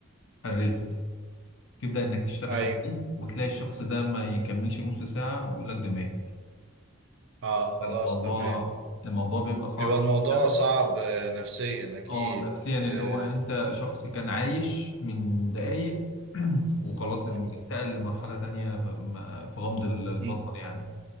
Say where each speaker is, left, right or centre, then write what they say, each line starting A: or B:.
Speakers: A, on the left; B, on the right.
A: على الريست تبدأ انك تشتغل
B: ايوه
A: عليه وتلاقي الشخص ده ما يكملش نص ساعة ويقول لك ده مات
B: اه خلاص
A: الموضوع
B: تمام
A: الموضوع بيبقى صعب
B: بيبقى الموضوع
A: شوية.
B: صعب آه، نفسيا اكيد
A: اه نفسيا اللي
B: آه،
A: هو انت شخص كان عايش من دقايق <clears throat> وخلاص
B: مم،
A: ان- انتقل لمرحلة تانية في م- في غمض ال- البصر
B: مم.
A: يعني